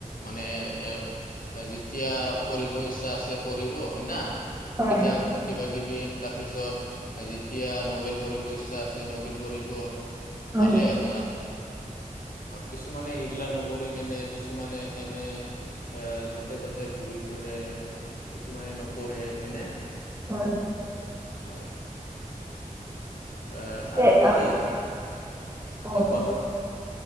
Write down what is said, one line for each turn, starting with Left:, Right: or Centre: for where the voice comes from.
Left: মানে এ যেতিয়া পঢ়িব ইচ্ছা আছে পঢ়িব হয় না।
Right: হয়
Left: কিতাপ কিবা কিবি তাৰপিছত যেতিয়া নবেল পঢ়িব ইচ্ছা আছে নবেল পঢ়িব।
Right: হয়
Left: ভালেই আপোনাৰ। কিছুমানে এইগিলা নকৰি কেনে কিছুমানে এনে য'তে-ত'তে ঘূৰি ফুৰে কিছুমানে নপঢ়ে হয়নে?
Right: হয়।
Left: হয় আহ
Right: পিছে
Left: আজি কালি
Right: আহ অ
Left: দে কোৱাচোন?
Right: কওক,